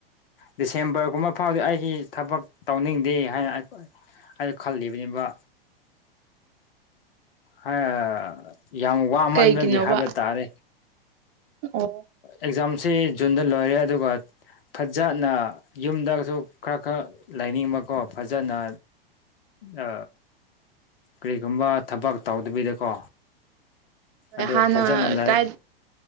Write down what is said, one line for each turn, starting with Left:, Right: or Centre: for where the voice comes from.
Left: ꯗꯤꯁꯦꯝꯕ꯭ꯔꯒꯨꯝꯕ ꯐꯥꯎꯗꯤ ꯑꯩꯒꯤ ꯊꯕꯛ ꯇꯧꯅꯤꯡꯗꯦ ꯍꯥꯏꯅ ꯑꯩ ꯑꯩ ꯈꯜꯂꯤꯕꯅꯤꯕ ꯍ ꯌꯥꯝ ꯋꯥꯃꯟꯕꯒꯤ
Right: ꯀꯩꯒꯤꯅꯣꯕ
Left: ꯍꯥꯏꯕ ꯇꯥꯔꯦ
Right: ꯑꯣ
Left: ꯑꯦꯛꯖꯥꯝꯁꯤ ꯖꯨꯟꯗ ꯂꯣꯏꯔꯦ ꯑꯗꯨꯒ ꯐꯖꯅ ꯌꯨꯝꯗꯁꯨ ꯈꯔ ꯈꯔ ꯂꯩꯅꯤꯡꯕꯀꯣ ꯐꯖꯅ ꯑ ꯀꯔꯤꯒꯨꯝꯕ ꯊꯕꯛ ꯇꯧꯗꯕꯤꯗꯀꯣ ꯑꯗꯨ
Right: ꯍꯥꯟꯅ
Left: ꯐꯖꯅ ꯂꯩ
Right: ꯀꯥꯏ